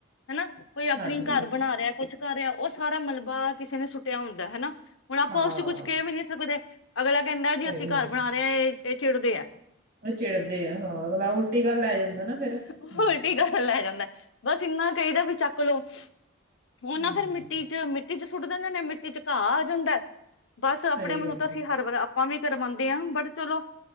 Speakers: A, on the left; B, on the right.
A: ਹਨਾ ਕੋਈ ਆਪਣੀ
B: ਹਾਂਜੀ
A: ਘਰ ਬਣਾ ਰਿਹਾ ਕੁਛ ਕਰ ਰਿਹਾ ਉਹ ਸਾਰਾ ਮਲਬਾ ਕਿਸੇ ਨੇ ਸੁੱਟਿਆ ਹੁੰਦਾ ਹਨਾ। ਹੁਣ ਆਪਾਂ
B: ਹਾਂ
A: ਉਸ ਚ ਕੁਛ ਕਹਿ ਵੀ ਨੀ ਸਕਦੇ। ਅਗਲਾ ਕਹਿੰਦਾ ਜੀ
B: ਸਹੀ
A: ਅਸੀਂ
B: ਗੱਲ
A: ਘਰ ਬਣਾ ਰਹੇ ਇਹ ਇਹ ਚਿੜਦੇ ਆ
B: ਉਹ ਚੜਦੇ ਆ। ਹਾਂ ਅਗਲਾ ਉਲਟੀ ਗੱਲ ਲੈ ਜਾਂਦਾ ਨਾ ਫੇਰ ਹਮ
A: ਉਲਟੀ ਗਲ ਲੈ ਜਾਂਦਾ ਬਸ ਇੰਨਾ ਕਈ ਦਾ ਵੀ ਚੱਕ ਲਓ ਉਹ
B: ਹਮ
A: ਨਾ ਫੇਰ ਮਿੱਟੀ ਚ ਮਿੱਟੀ ਸੁੱਟ ਦਿੰਦੇ ਨੇ ਮਿੱਟੀ ਚ ਘਾਹ ਆ ਜਾਂਦਾ ਹੈ। ਬਸ ਆਪਣੇ
B: ਸਹੀ
A: ਵਲੋਂ
B: ਗੱਲ
A: ਤਾਂ
B: ਹੈ
A: ਅਸੀਂ ਹਰ ਆਪਾਂ ਵੀ ਕਰਵਾਦੇ ਹਾਂ ਬਟ ਚਲੋ।